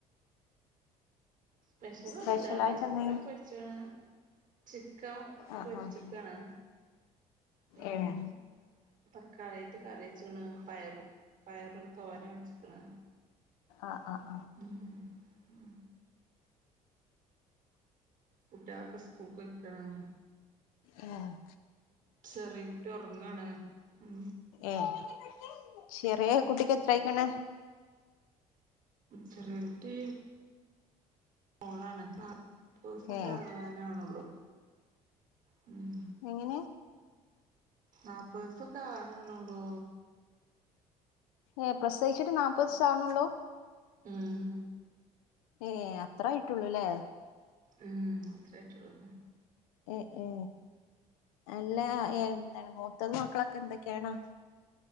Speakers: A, on the right; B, on the left.
A: സ്പെഷ്യൽ
B: സ്പെഷ്യലായിട്ട്
A: ഒന്നുംല്ല ഇന്ന്ചിക്കൻ
B: എന്തെങ്കിലും
A: പൊരിച്ചാണ്. ചിക്കൻ
B: ആഹ്
A: പൊരി
B: ആഹ്
A: ചക്കാണ്. പിന്നെ
B: ഏഹ്
A: തക്കാളി കറിച്ചക്ണ് പയറു പയറ്തോര വെച്ചിക്കണ്.
B: ആ ആ
A: ഉ ഉ കുട്ടികളൊക്കെ സ്കൂൾക്ക് പൊയ്ക്കാണ്.
B: ആഏ <inaudible>
A: ചെറിയ കുട്ടി ഉറങ്ങാണ് ഉ
B: ഏഹ് ചെറിയ കുട്ടിക്ക് എത്ര യ്ക്കണ
A: ചെറിയ കുട്ടി മോളാണ്. പസ
B: ഏഹ്
A: സധന ആണല്ലോ ഉ <unintelligible>
B: എങ്ങനെ
A: നാല്പ്പ ദിവസൊക്കെ ആവാനാണള്ളൂ.
B: ഏ പ്രസവിച്ചിട്ട് നാപ്പത് സം ആവുണഉള്ളൂ.
A: ഉം
B: ഏ അത്രായിട്ടുള്ളൂല്ലേ?
A: ഉം അത്രായിട്ടുള്ളൂ.
B: ഏ ഏ നല്ല എന്താണ് മൂത്ത മക്കളൊക്കെ എന്തൊക്കെയാണ്.